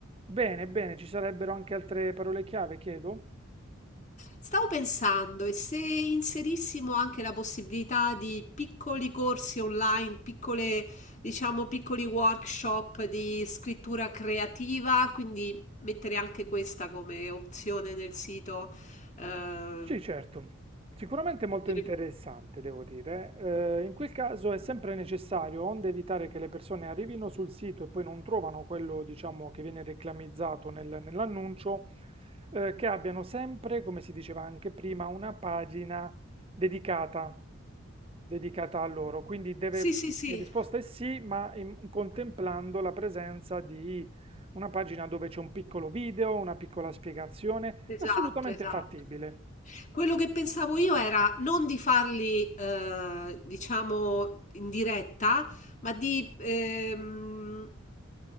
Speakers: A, on the right (about 25°); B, on the left (about 35°).
A: Bene, bene, ci sarebbero anche altre parole chiave, chiedo?
B: Stavo pensando, e se inserissimo anche la possibilità di piccoli corsi online, piccole, diciamo, piccoli workshop di scrittura creativa, quindi mettere anche questa come opzione nel sito. eh,
A: Sì, certo. Sicuramente molto
B: potrebbe-
A: interessante, devo dire. Eh, in quel caso è sempre necessario, onde evitare che le persone arrivino sul sito e poi non trovano quello, diciamo, che viene reclamizzato nel- nell'annuncio, eh, che abbiano sempre, come si diceva anche prima, una pagina dedicata. dedicata a loro. Quindi deve-
B: sì, sì, sì,
A: la risposta è sì, ma in- contemplando la presenza di una pagina dove c'è un piccolo video, una piccola spiegazione,
B: esatto,
A: è assolutamente
B: esatto.
A: fattibile.
B: Quello che pensavo io era non di farli, eh, diciamo, in diretta, ma di ehm,